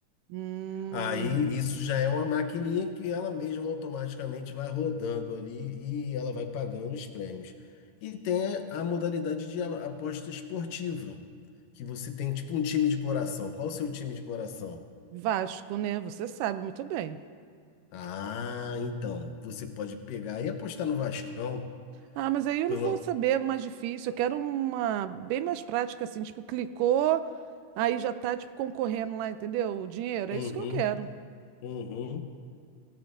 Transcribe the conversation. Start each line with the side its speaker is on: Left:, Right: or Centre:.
Right: Hum.
Left: Aí isso já é uma maquininha que ela mesma automaticamente vai rodando ali e ela vai pagando os prêmios. E tem a a modalidade de a- aposta esportiva, que você tem tipo um time de coração. Qual o seu time de coração?
Right: Vasco, né? Você sabe muito bem.
Left: Ah, então, você pode pegar e apostar no Vascão
Right: Ah, mas aí eu
Left: pelo
Right: não vou saber é mais difícil. Eu quero uma bem mais prática, assim, tipo, clicou, aí já tá, tipo, concorrendo lá, entendeu? O dinheiro,
Left: Uhum,
Right: é isso que eu quero.
Left: uhum.